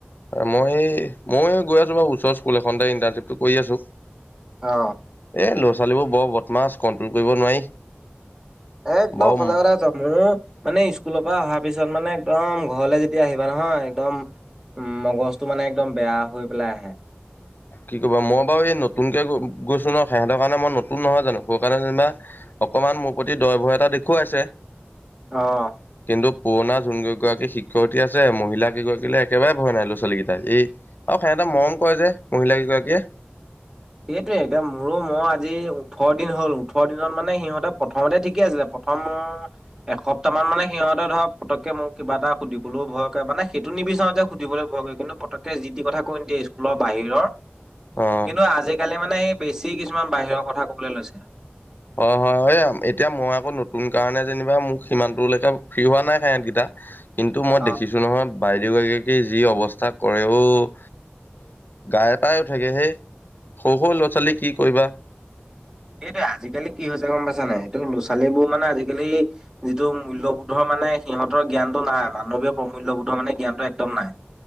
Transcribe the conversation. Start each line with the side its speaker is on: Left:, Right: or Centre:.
Left: মই এই মই গৈ আছোঁ বাৰু ওচৰ স্কুল এখনতে ইণ্টাৰ্ণৰ্শ্বিপটো কৰি আছোঁ।
Right: অ'।
Left: এই ল'ৰা ছোৱালীবোৰ বৰ বদমাছ কণ্ট্ৰল কৰিব নোৱাৰি।
Right: একদম
Left: বাৰু
Right: সঁচা কথা কৈছ মোৰ মানে স্কুলৰ পা অহাৰ পিছত মানে একদম ঘৰলৈ যেতিয়া আহিবা নহয় একদম উম, মগজটো মানে একদম বেয়া হৈ পেলাই আহে।
Left: কি কৰিবা মই বাৰু এই নতুনকে গৈ- গৈছোঁ ন, সেহঁতৰ কাৰণে মই নতুন নহয় জানো সৌকাৰণে যেনিবা অকণমান মোৰ প্ৰতি দয় ভয় এটা দেখুৱাইছে।
Right: অ'।
Left: কিন্তু পুৰণা যোন কেইগৰাকী শিক্ষয়িত্ৰী আছে, মহিলাকেইগৰাকীলৈ একেবাৰে ভয় নাই ল'ৰা ছোৱালীকিটাৰ এই আৰু সিহঁতে মৰম কৰে যে, মহিলা কেইগৰাকীয়ে।
Right: সেইটোৱে, এতিয়া মোৰো মই আজি ওঠৰ দিন হ'ল ওঠৰ দিনত মানে সিহঁতে প্ৰথমতে ঠিকে আছিলে <inaudible> এসপ্তাহ মানে সিহঁতে ধৰা পতকে মোক কিবা এটা সুধিবলৈও ভয়ক কৰে, মানে সেইটো নিবিচাৰো যে সুধিবলে ভয় কৰে কিন্তু পতককে যি টি কথা কৈ নিদিয়ে, স্কুলৰ বাহিৰৰ
Left: অ
Right: কিন্তু আজি কালি মানে বেছি কিছুমান বাহিৰ কথা ক'বলৈ লৈছে।
Left: হয়, হয়, হয় এতিয়া মই আকৌ নতুন কাৰণে যেনিবা মোক সিমানটোলেকে ফ্ৰী হোৱা নাই সেহঁতকিটা। কিন্তু মই
Right: অ
Left: দেখিছোঁ নহয়, বাইদেউকিগৰাকীক যি অৱস্থা কৰে অ' গায়ে পায়ে উঠেগৈ হেই সৰু, সৰু ল'ৰা ছোৱালী
Right: সেই-
Left: কি কৰিবা!
Right: সেইটোৱে, আজিকালি কি হৈছে গম পাইছা নাই, এইটো ল'ৰা ছোৱালীবোৰ মানে আজিকালি যিটো মূল্যবোধৰ মানে সিহঁতৰ জ্ঞানটো নাই, মানৱীয় প্ৰমূল্যবোধৰ মানে জ্ঞানটো একদম নাই।